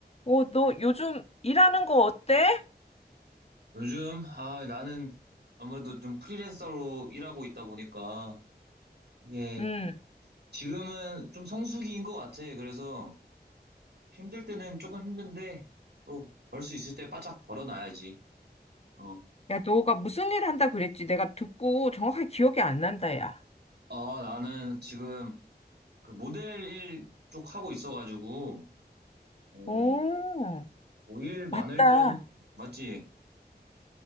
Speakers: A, on the left (about 35°); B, on the right (about 75°).
A: 어, 너 요즘 일하는 거 어때?
B: 요즘, 아, 나는 아무래도 좀 프리랜서로 일하고 있다 보니까, 예,
A: 음.
B: 지금은 좀 성수기인 것 같아. 그래서 힘들 때는 조금 힘든데, 또 벌 수 있을 때 바짝 벌어놔야지. 어,
A: 야, 너가 무슨 일 한다 그랬지? 내가 듣고 정확하게 기억이 안 난다, 야.
B: 아, 나는 지금 그 모델 일 쪽 하고 있어가지고, 어,
A: 오,
B: 뭐일 많을
A: 맞다.
B: 때는, 맞지?